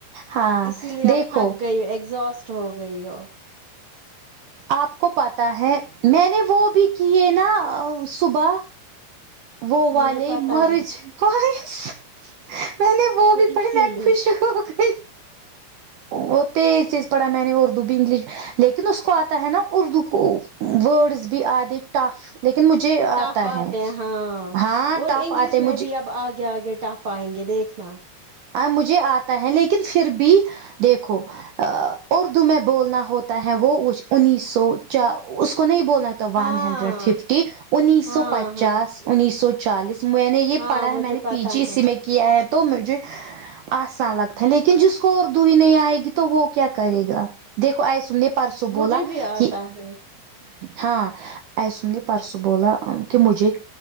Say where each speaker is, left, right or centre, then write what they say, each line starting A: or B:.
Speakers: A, on the right (about 80°); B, on the right (about 60°).
A: ہاں
B: اسی لیے
A: دیکھو
B: آپ تھک گئی ہو ایگزوسٹ ہو گئی ہو
A: آپ کو پتا ہے میں نے وہ بھی کیے نا صبح وہ والے
B: مجھے پتا
A: مرج
B: ہے
A: اوہ ہش۔۔۔۔ میں نے وہ بھی پڑھی
B: اسی
A: میں
B: لیے
A: خوش ہو گئی وہ تیز سےیز پڑھا میں نے اردو بھی انگلش لیکن اس کو آتا ہے نا اردو کو ورڈز بھی آدھے ٹف لیکن مجھے
B: ٹف
A: آتا
B: آتے
A: ہے
B: ہیں ہاں
A: ہاں
B: اور
A: ٹف
B: انگلش
A: آتے
B: میں
A: مجھے
B: بھی اب آگے آگے ٹف آئیں گے دیکھنا
A: آ مجھے آتا ہے لیکن پھر بھی دیکھو اردو میں بولنا ہوتا ہے وہ انیس سو چ اس کو نہیں بولنا ون
B: ہاں
A: ہنڈریڈ اڈ ففٹی انیس
B: ہاں
A: سو پچاس
B: ہاں
A: انیس سو چالیس میں نے یہ
B: ہاں
A: پڑھا ہے
B: مجھے
A: میں نے
B: پتا
A: پی جی اسی
B: ہے
A: میں کیا ہے تو مجھے آسان لگتا ہے لیکن جس کو اور اردو ہی نہیں آئے گی تو وہ کیا کرے گا دیکھو آئیسن نے پرسوں بولا
B: مجھے بھی آتا
A: کہ
B: ہے
A: ہاں ایسن نے پرسوں بولا کہ مجھے